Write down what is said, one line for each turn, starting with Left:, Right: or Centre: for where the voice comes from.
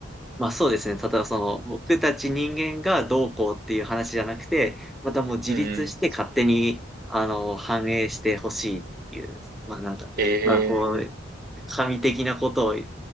Centre: まあそうですね。ただその僕たち人間がどうこうっていう話じゃなくて、またもう自立して勝手にあの反映してほしいっていう、
Right: うん。
Centre: まあなんか、
Right: ええー。
Centre: まあこう、神的なことをち